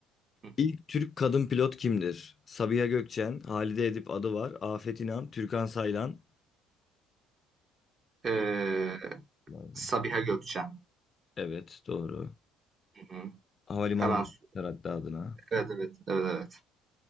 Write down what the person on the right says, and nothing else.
Hı hı.
Ee,
Sabiha Gökçen.
Hı.
Hemen s-
evet evet evet evet.